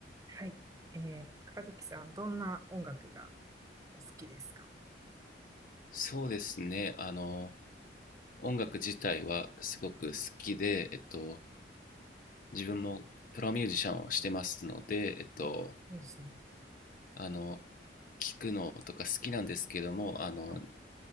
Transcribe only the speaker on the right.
はい。えー、和樹さん、どんな音楽がお好きですか
うんそうですね。
はい、